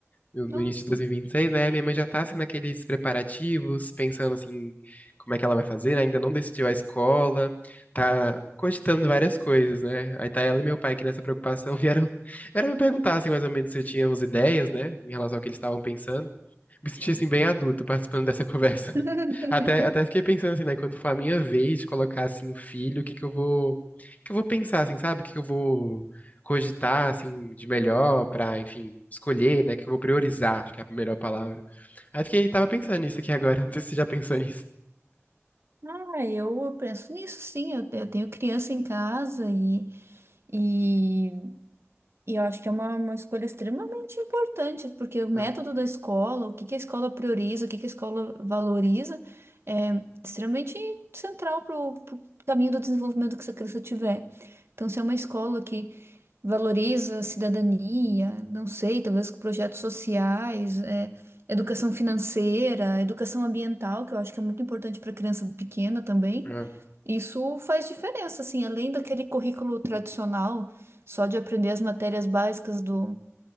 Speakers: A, on the left; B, on the right.
A: No
B: Nossa.
A: no início de 2026, né? Minha mãe já tá assim naqueles preparativos, pensando assim, como é que ela vai fazer, né? Ainda não decidiu a escola, tá cogitando várias coisas, né? Aí tá ela e meu pai que nessa preocupação <laughs> vieram, vieram me perguntar assim mais ou menos se eu tinha umas ideias, né? Em relação ao que eles estavam pensando. me senti assim bem adulto participando dessa conversa.
B: <laughs>
A: <laughs> Até, até fiquei pensando assim, né, quando for a minha vez de colocar assim um filho, o que que eu vou, o que eu vou pensar assim, sabe? O que que eu vou cogitar assim de melhor pra, enfim, escolher, né, que eu vou priorizar, acho que é a melhor palavra. Aí fiquei tava pensando nisso aqui agora, <laughs> não sei se você já pensou nisso.
B: Ah, eu penso nisso, sim. Eu, eu tenho criança em casa e, e, e eu acho que é uma, uma escolha extremamente importante, porque o método
A: Ah,
B: da escola, o que que a escola prioriza, o que que a escola valoriza, é extremamente central para o caminho do desenvolvimento que essa criança tiver. Então, se é uma escola que valoriza a cidadania, não sei, talvez com projetos sociais, é, educação financeira, educação ambiental, que eu acho que é muito importante para criança pequena também.
A: ah,
B: Isso faz diferença, assim, além daquele currículo tradicional, só de aprender as matérias básicas do